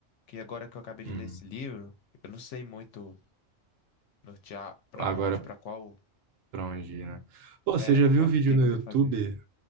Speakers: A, on the left; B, on the right.
A: que agora que eu acabei
B: Uhum.
A: de ler esse livro, eu não sei muito nortear pra
B: Agora,
A: onde, pra qual,
B: pra onde ir, né? Pô, você
A: é,
B: já viu
A: pra
B: vídeo
A: que
B: no
A: que
B: YouTube?
A: eu devo fazer.